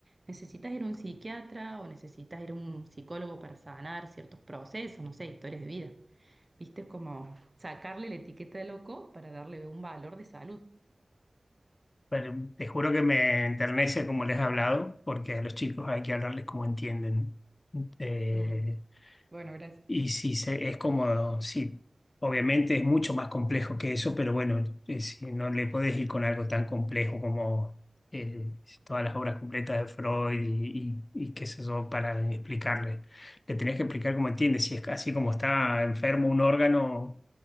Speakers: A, on the right; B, on the left.
A: necesitas ir a un psiquiatra o necesitas ir a un psicólogo para sanar ciertos procesos, no sé, historias de vida. Viste, es como sacarle la etiqueta de loco para darle un valor de salud.
B: Pero te juro que me enternece como les he hablado, porque a los chicos hay que hablarles como entienden. Eh,
A: Mm, Bueno, gracias.
B: y si se, es como, sí, obviamente es mucho más complejo que eso, pero bueno, eh, si no le podés ir con algo tan complejo como eh, todas las obras completas de Freud y, y, y qué sé yo, para explicarle. Le tenés que explicar cómo entiende, si es así como está enfermo un órgano,